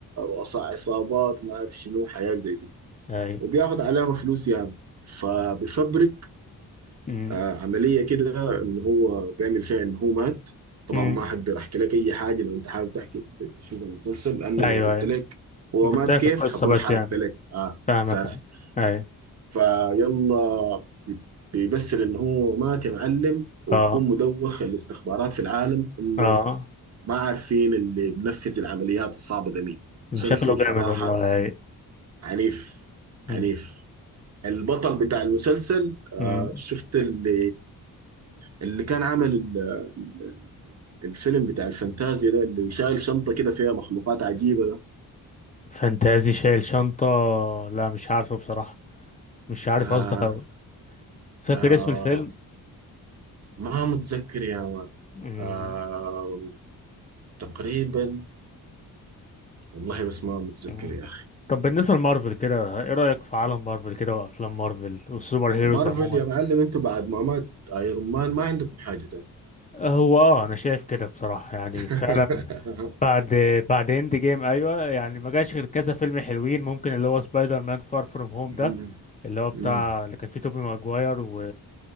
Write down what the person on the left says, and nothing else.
اي
مم.
مم.
ايوه
اي
انت
بتحكي
القصة
بس
يعني
فاهمك
اي اي
اه
اه
شكله جامد
والله اي
مم.
مم.
فانتازي شايل شنطة لا مش عارفه بصراحة مش عارف
قصدك اوي فاكر
اسم الفيلم
مم.
مم.
طب بالنسبة لمارفل كده ايه رأيك في عالم مارفل كده وافلام مارفل والسوبر هيروز
عموما
هو اه انا شايف كده بصراحه يعني
فعلا بعد بعد اند جيم ايوه يعني ما جاش غير كذا فيلم حلوين ممكن اللي هو سبايدر مان فار فروم هوم
ده اللي هو بتاع
اللي كان فيه توبي ماجواير و...